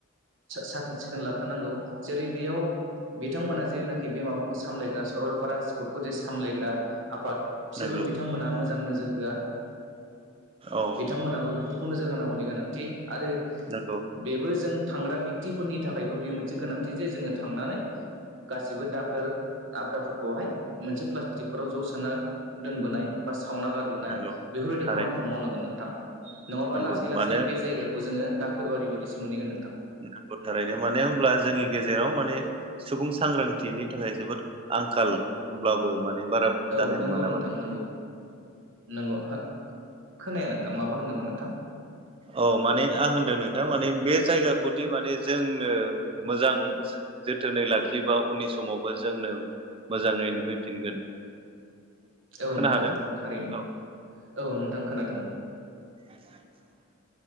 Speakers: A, on the right; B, on the right.
A: साखोन सिखोन लाखोनांगौ जेरै बेयाव बिथांमोना जेनाखि बे माबाखौ सामलायग्रा सरलपारा स्पर्टखौ जे सामलायग्रा आफाद बिसोरबो
B: नंगौ
A: बिथांमोना मोजां नोजोर होआ
B: औ
A: बिथांमोनाबो बेफोर खौ नोजोर होनांगौनि गोनांथि आरो
B: नंगौ
A: बेबो जों थांग्रा थिफोरनि थाखायबो बियो मोनसे गोनांथि जे जोङो थांनानै गासिबो दाखोर आब्राफोरखौहाय मोनसे प्लास्टिकफोराव ज' सोना दोनबोनाय बा सावना गार नाय
B: नंगौ
A: बेफोरबाय
B: थारैनो
A: खामानिखौ मावनांगोन नोंथां नङाबा
B: नंगौ
A: लासै लासै
B: मानो
A: बे जायगाखौ जोङो दाखोर बारि बदि सो मोनहैगोन नोंथां
B: <inaudible> थारैनो मानो होनब्ला जोंनि गेजेराव माने सुबुं सांग्रांथिनि थाखाय जोबोद आंखाल होमब्लाबो माने बारा
A: औ
B: जानाय
A: नंगौ
B: नङा नामा
A: नोंथां नंगौ नंगौ खोनाया नोंथां माबा होनदोंमोन नोंथां?
B: औ माने आं होनदों नोंथां माने बे जायगाखौदि माने जोंनो मोजां। जोथोनै लाखियोबा उननि समावबो जोंनो मोजाङै नुहैफिनगोन।
A: औ
B: खोना
A: नोंथां
B: हादों
A: थारैनो
B: औ
A: औ नोंथां खोनादों औ।
B: <unintelligible>